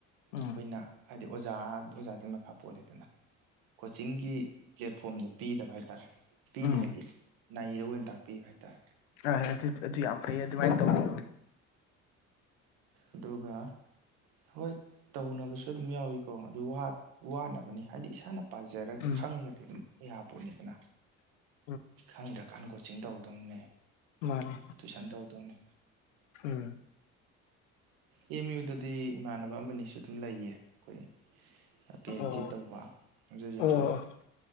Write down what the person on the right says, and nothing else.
ꯑꯩꯈꯣꯏꯅ ꯍꯥꯏꯗꯤ ꯑꯣꯖꯥ ꯑꯣꯖꯥꯗꯨꯏ ꯃꯈꯥ ꯄꯣꯜꯂꯤꯗꯅ ꯀꯣꯆꯤꯡꯒꯤ ꯄ꯭ꯂꯦꯠꯐꯣꯝꯗꯣ ꯄꯤꯗꯕ ꯍꯥꯏ ꯇꯥꯔꯦ ꯄꯤꯗꯦ
ꯍꯥꯏꯗꯤ ꯅꯩꯔ ꯑꯣꯏꯅ ꯇꯥꯛꯄꯤꯕ ꯍꯥꯏ ꯇꯔꯦ
ꯑꯗꯨꯒ ꯍꯣꯏ ꯇꯧꯅꯕꯁꯨ ꯑꯗꯨꯝ ꯌꯥꯎꯏꯀꯣ ꯑꯗꯨ ꯋꯥꯅꯕꯅꯤ ꯍꯥꯏꯗꯤ ꯏꯁꯥꯅ ꯄꯥꯖꯔꯒ
ꯈꯪꯉꯗꯤ ꯑꯗꯨꯝ ꯌꯥꯄꯣꯠꯅꯤꯗꯅ
ꯈꯪꯗ꯭ꯔ ꯀꯥꯟꯗ ꯀꯣꯆꯤꯡ ꯇꯧꯗꯧꯅꯦ
ꯇꯨꯏꯁꯟ ꯇꯧꯗꯧꯅꯦ
ꯑꯦꯝ ꯌꯨꯗꯗꯤ ꯏꯃꯥꯟꯅꯕ ꯑꯃꯅꯤꯁꯨ ꯑꯗꯨꯝ ꯂꯩꯌꯦ ꯑꯩꯈꯣꯏ ꯄꯤ
ꯑꯩꯆ
ꯗꯤ ꯇꯧꯕ ꯍꯧꯖꯤꯛ ꯍꯧꯖꯤꯛꯁꯨ